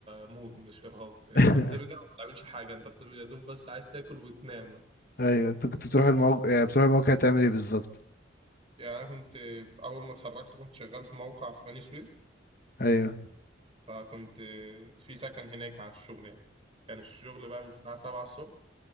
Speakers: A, on the right; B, on the left.
A: موت مش ارهاق انت
B: <laughs>
A: بترجع ما بتعملش حاجه انت بتبقى يا دوب بس عايز تاكل وتنام بقى.
B: ايوه انت كنت بتروح الموقع يعني بتروح الموقع تعمل ايه بالظبط
A: يعني انا كنت في- اول ما اتخرجت كنت شغال في موقع في بني سويف
B: ايوه
A: فكنت في سكن هناك على الشغل يعني كان الشغل بقى من الساعه 7 الصبح